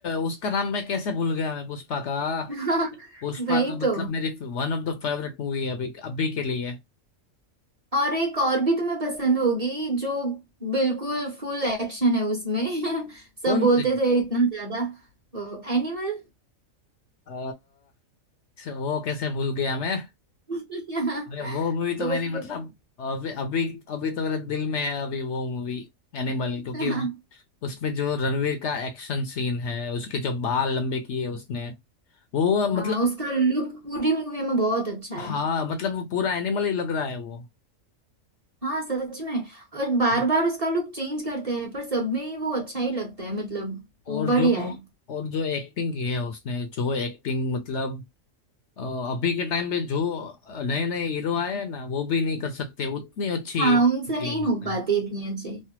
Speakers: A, on the left (about 65°); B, on the right (about 30°).
A: उसका नाम मैं कैसे भूल गया मैं पुष्पा का
B: <laughs> हाँ
A: पुष्पा
B: वही
A: तो
B: तो
A: मतलब मेरी one of the favourite movie है अभी अभी के लिए
B: और एक और भी तुम्हें पसंद होगी जो बिल्कुल फुल एक्शन है उसमें <laughs> सब
A: कौन
B: बोलते
A: सी
B: थे इतना ज्यादा एनिमल
A: अ, वो कैसे भूल गया मैं
B: <laughs>
A: अरे वो मूवी तो
B: तो
A: मेरी
B: फिर
A: मतलब अभी अभी अभी तो मेरे दिल में है अभी वो मूवी एनिमल
B: <laughs>
A: क्योंकि उसमें जो रणवीर का एक्शन सीन है उसके जो बाल लंबे किए उसने वो मतलब
B: हाँ उसका लुक पूरी मूवी में बहुत अच्छा है
A: हाँ मतलब वो पूरा एनिमल ही लग रहा है वो
B: हाँ सच में और बार
A: नहीं।
B: बार उसका लुक चेंज करते हैं पर सब में ही वो अच्छा ही लगता है मतलब
A: और
B: बढ़िया
A: जो
B: है
A: और जो एक्टिंग की है उसने जो एक्टिंग मतलब अ, अभी के टाइम पे जो नए नए हीरो आए हैं ना वो भी नहीं कर सकते उतनी अच्छी
B: हाँ
A: की
B: उनसे नहीं
A: है उसने
B: हो पाती इतनी अच्छी